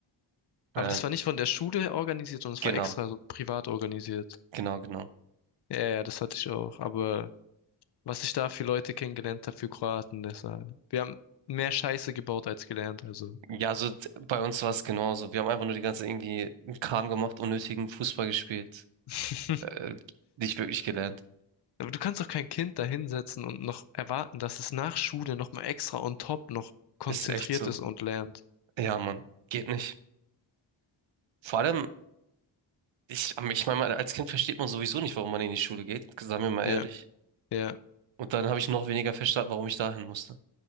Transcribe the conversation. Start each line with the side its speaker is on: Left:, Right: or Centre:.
Right: äh,
Left: Aber das war nicht von der Schule organisiert, sondern es
Right: genau,
Left: war extra so privat organisiert.
Right: genau, genau.
Left: Ja, ja, das hatte ich auch. Aber was ich da für Leute kennengelernt habe, für Kroaten, das war, wir haben mehr Scheiße gebaut als gelernt, also.
Right: Ja, so d- bei uns war es genauso. Wir haben einfach nur die ganze irgendwie Kram gemacht, unnötigen Fußball gespielt,
Left: <laughs>
Right: äh, nicht wirklich gelernt.
Left: Aber du kannst doch kein Kind da hinsetzen und noch erwarten, dass es nach Schule nochmal extra on top noch konzentriert
Right: Ist echt so.
Left: ist und lernt.
Right: Ja, Mann, geht nicht. Vor allem Ich, am- ich meine, als Kind versteht man sowieso nicht, warum man in die Schule geht, sagen wir mal
Left: Ja,
Right: ehrlich.
Left: ja.
Right: Und dann habe ich noch weniger verstanden, warum ich dahin musste.